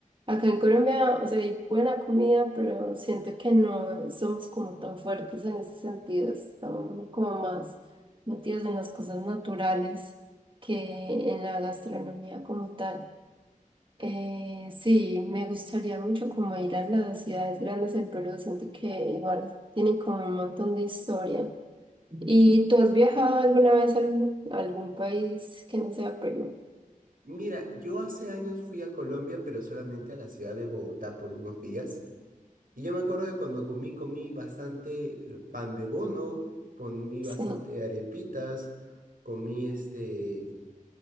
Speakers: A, on the right (about 35°); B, on the right (about 85°).
A: Acá en Colombia, o sea, hay buena comida, pero siento que no somos como tan fuertes en ese sentido. Estamos como más metidos en las cosas naturales que en la gastronomía como tal. Eh, sí, me gustaría mucho como ir a las ciudades grandes del Perú. Siento que igual tienen como un montón de historia. ¿Y tú has viajado alguna vez a algún a algún país que no sea Perú?
B: Mira, yo hace años fui a Colombia, pero solamente a la ciudad de Bogotá por unos días. Y yo me acuerdo de cuando comí, comí bastante eh, pan de bono, comí
A: Sí.
B: bastante arepitas, comí este